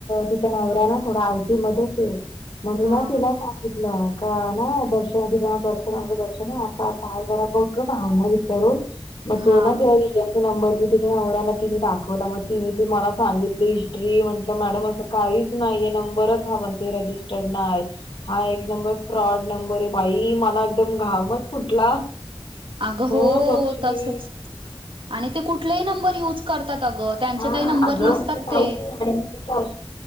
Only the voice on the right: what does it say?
हां
हां
अगं
हो
तसंच आणि ते कुठलेही नंबर युज करतात. अगं त्यांचे
काही नंबर
नसतात
ते.